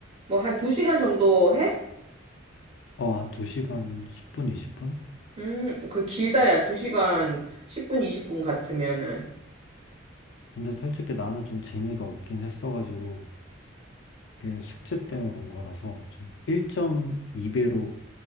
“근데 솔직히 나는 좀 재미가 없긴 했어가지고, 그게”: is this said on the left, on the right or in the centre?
Left